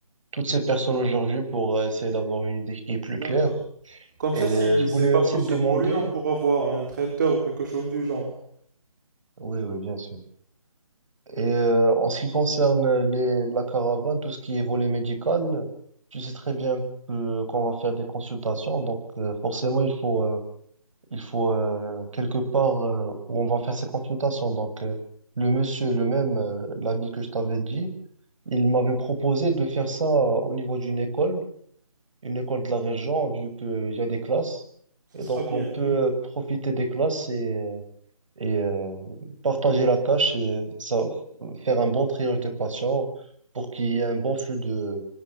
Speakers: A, on the right; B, on the right.
A: toutes ces personnes aujourd'hui pour euh, essayer d'avoir une idée qui est plus claire.
B: D'accord. Comme
A: Et
B: ça, si
A: euh, je voulais
B: c'est pas
A: aussi
B: possible
A: te demander,
B: pour lui, on pourra voir un traiteur ou quelque chose du genre.
A: oui, oui, bien sûr. Et euh, en ce qui concerne les, la caravane, tout ce qui est volet médical, tu sais très bien que qu'on va faire des consultations, donc euh, forcément il faut euh, il faut euh, quelque part euh, où on va faire ces consultations. Donc euh, le monsieur, le même, euh, l'ami que je t'avais dit, il m'avait proposé de faire ça euh, au niveau d'une école. une école de la région, vu qu'il y a des classes.
B: Ça
A: Et
B: sera
A: donc,
B: bien,
A: on peut
B: oui.
A: euh, profiter des classes et, euh, et euh, partager la tâche et ça, faire un bon triage des patients pour qu'il y ait un bon flux de,